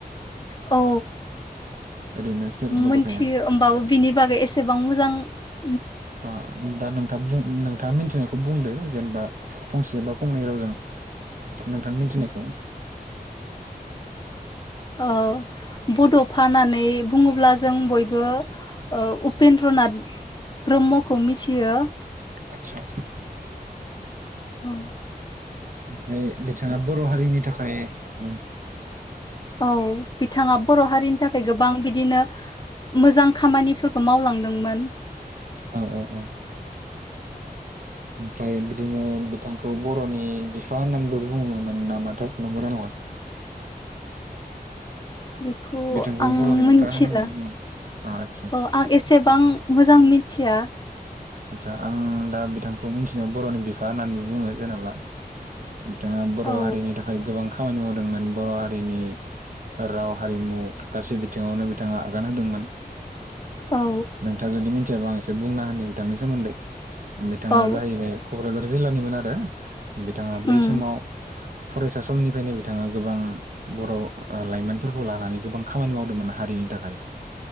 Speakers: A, on the left; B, on the right.
A: औ।
B: ओरैनो सोर बड'फाया
A: मिथियो ओमबाबो बिनि बागै एसेबां मोजां <inaudible>
B: अ दा नों था बुं नोंथाङा मिथिनायखौ बुंदो जेनेबा फंसेबा फंनै रावजों नोंथां मिथिनायखौ।
A: ओ बड'फा होननानै बुङोब्ला जों बयबो ओ उपेन्द्रनाथ ब्रह्मखौ मिथियो।
B: आतसा। <inaudible>
A: औ।
B: ओमफाय बिथाङा बर' हारिनि थाखाय उम
A: औ बिथाङा बर' हारिनि थाखाय गोबां बिदिनो मोजां खामानिफोरखौ मावलांदोंमोन।
B: औ औ औ। ओमफ्राय बिदिनो बिथांखौ बर'नि बिफा होननानैबो बुङोमोन नामाथाय नंगौना नङा?
A: बेखौ
B: बिथांखौ
A: आं
B: बर'नि
A: मिथिला
B: बिफा होननानैबो बुङो आदसा आदसा
A: अ आं एसेबां मोजां मिन थिया
B: आतसा आं दा बिथांखौ मिथिनायाव बर'नि बिफा होननानैबो बुङो जेन'बा। बिथाङा बर'
A: औ
B: हारिनि थाखाय गोबां खामानि मावदोंमोन बर' हारिनि राव हारिमु गासै बिथिङावनो बिथाङा आगान होदोंमोन।
A: औ
B: नोंथाङा जुदि याबा आं एसे बुंना होनि बिथांनि सोमोन्दै बिथाङा
A: औ
B: जाहैबाय क'क्राझार जिल्लानिमोन आरो बिथाङा बै
A: उम
B: समाव फरायसा समनिफ्रायनो बिथाङा गोबां बर' ओ लाइमोनफोरखौ लानानै गोबां खामानि मावदोंमोन हारिनि थाखाय।